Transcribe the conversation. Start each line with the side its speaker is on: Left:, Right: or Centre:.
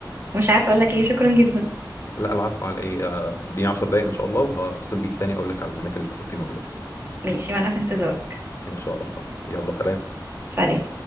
Right: مش عارفة أقولك إيه شكرا جدا
Left: لا العفو على ايه آه، اديني 10 دقايق ان شاء الله وهتصل بيك تاني اقول لك على الاماكن اللي الكتب دي موجوده فيها
Right: ماشي وأنا في انتظارك
Left: ان شاء الله يلا سلام
Right: سلام